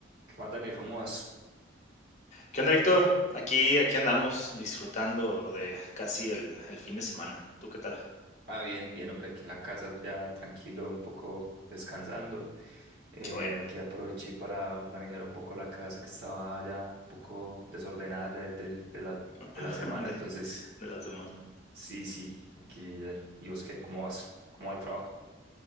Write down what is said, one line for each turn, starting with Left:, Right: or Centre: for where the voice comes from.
Right: ¿Qué más, Daniel? ¿Cómo vas?
Left: ¿Qué onda, Víctor? Aquí, aquí andamos disfrutando de casi el, el fin de semana. ¿Tú qué tal?
Right: Ah, bien, bien, hombre, aquí en la casa ya tranquilo, un poco descansando. Eh,
Left: Qué bueno,
Right: aquí aproveché para organizar un poco la casa que estaba ya un poco desordenada ya del- de la,
Left: <laughs>
Right: de la semana.
Left: de,
Right: Entonces,
Left: de la semana.
Right: sí, sí, aquí ya. ¿Y vos qué? ¿Cómo vas? ¿Cómo va el trabajo?